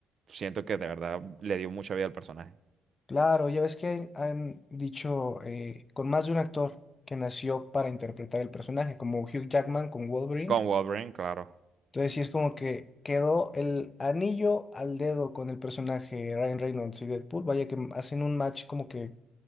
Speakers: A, on the right; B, on the left.
A: siento que de verdad le dio mucha vida al personaje.
B: Claro, ya ves que hay- han dicho eh, con más de un actor que nació para interpretar el personaje, como Hugh Jackman con Wolverine.
A: Con Wolverine, claro.
B: Entonces sí es como que quedó el anillo al dedo con el personaje Ryan Reynolds y Deadpool, vaya que hacen un match como que